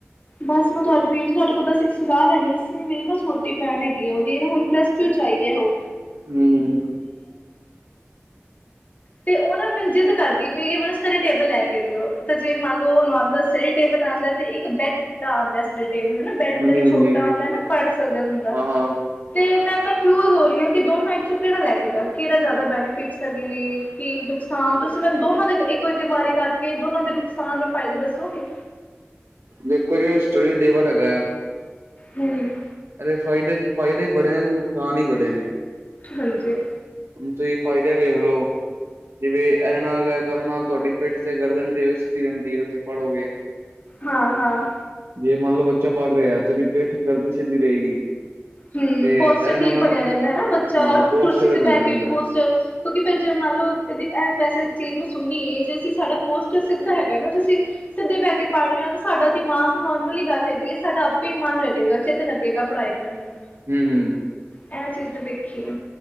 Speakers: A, on the left; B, on the right.
A: ਬਸ ਮੈਂ ਤੁਹਾਡੇ ਵੀਰ ਜੀ ਤੁਹਾਡੇ ਕੋਲ ਬਸ ਇੱਕ ਸਲਾਹ ਲੈਣੀ ਸੀ ਮੇਰੀ ਨਾ ਛੋਟੀ ਭੈਣ ਹੈਗੀ ਆ ਉਹਦੀ ਹੁਣ ਪਲੱਸ ਟੂ ਚ ਆਈ ਐ ਓਹ
B: ਹਮ
A: ਤੇ ਉਹ ਨਾ ਮੈਨੂੰ ਜਿੱਦ ਕਰਦੀ ਵੀ ਮੈਨੂੰ ਸਟੱਡੀ ਟੇਬਲ ਲੈ ਕੇ ਦਿਓ ਤਾਂ ਜੇ ਮੰਨ ਲਓ ਨੋਰਮਲ ਸਟੱਡੀ ਟੇਬਲ ਆਂਦੈ ਤੇ ਇੱਕ ਬੈੱਡ ਦਾ ਆਂਦਾ ਸਟੱਡੀ ਟੇਬਲ ਹਨਾ ਬੈੱਡ
B: ਹਾਂਜੀ
A: ਦਾ ਵੀ
B: ਹਾਂਜੀ
A: ਛੋਟਾ ਆਂਦੈ ਨਾ ਪੜ੍ਹ ਸਕਦੈ ਬੰਦਾ।
B: ਹਾਂ ਹਾਂ
A: ਤੇ ਮੈਂ ਕਨਫਿਊਜ਼ ਹੋ ਰਹੀ ਹਾਂ ਕਿ ਦੋਨਾ ਈ ਚੋਂ ਕਿਹੜਾ ਲੈ ਕੇ ਦਾ ਕਿਹੜਾ ਜ਼ਿਆਦਾ ਬੈਨੀਫਿਟਸ ਹੈਗੇ। ਕਿ ਨੁਕਸਾਨ ਤੁਸੀਂ ਮੈਨੂੰ ਦੋਨਾਂ ਦੇ ਇੱਕੋ ਇੱਕ ਵਾਰੀ ਕਰਕੇ ਦੋਨਾਂ ਦੇ ਨੁਕਸਾਨ ਨਾਲ ਫਾਇਦੇ ਦੱਸੋਗੇ।
B: ਦੇਖੋ ਜੀ ਸਟੱਡੀ ਟੇਬਲ ਹੈਗੈ।
A: ਹਮ
B: ਇਹਦੇ ਫਾਇਦੇ ਫਾਇਦੇ ਹੀ ਬੜੇ ਨੇ ਨੁਕਸਾਨ ਹੀ ਬੜੇ ਨੇ
A: ਹਾਂਜੀ
B: ਤੁੂਸੀ ਫਾਇਦੇ ਵੇਖਲੋ ਜਿਵੇਂ ਐਦੇ ਨਾਲ ਕਰਨ ਨਾਲ ਤੁਹਾਡੀ ਪਿੱਠ ਤੇ ਗਰਦਨ ਜੇ ਸਿੱਧੀ ਰਹਿੰਦੀ ਏ ਤੁਸੀਂ ਪੜ੍ਹੋਗੇ
A: ਹਾਂ-ਹਾਂ
B: ਜੇ ਮੰਨ ਲਓ ਬੱਚਾ ਪੜ੍ਹ ਰਿਹਾ ਤੇ ਓਹਦੀ ਪਿੱਠ ਗਰਦਨ ਸੀਧੀ ਰਹੇਗੀ।
A: ਹਮ
B: ਤੇ
A: ਪੋਸਚਰ
B: ਇਹਦੇ ਨਾਲ
A: ਠੀਕ
B: ਉਹਨੂੰ
A: ਬਣਿਆ ਰਹਦੈ ਹਨਾ ਬੱਚਾ
B: ਹਾਂ ਪੋਸਚਰ
A: ਕੁਰਸੀ ਤੇ
B: ਬਣਿਆ
A: ਬਹਿ
B: ਰਹਿੰਦਾ
A: ਕੇ ਪੋਸਚਰ ਕਿਉਂਕਿ ਫਿਰ ਜੇ ਮੰਨ ਲਓ ਕ ਵੈਸੇ ਚੀਜ਼ ਮੈਂ ਸੁਨੀ ਏ ਜੇ ਅਸੀਂ ਸਾਡਾ ਪੋਸਚਰ ਸਿੱਧਾ ਹੈਗਾ ਨਾ ਜੇ ਅਸੀਂ ਸਿੱਧੇ ਬਹਿ ਕੇ ਪੜ੍ਹ ਰਿਹੇ ਆਂ ਸਾਡਾ ਦਿਮਾਗ ਨੋਰਮਲੀ ਗੱਲ ਹੈਗੀ ਸਾਡਾ ਆਪੇ ਹੀ ਮਨ ਲੱਗੇਗਾ ਤੇ ਲੱਗੇਗਾ ਪੜ੍ਹਾਈ ਕਰਨ ਨੂੰ
B: ਹਮ-ਹਮ
A: ਇਹ ਚੀਜ ਤੇ ਵੇਖੀਏ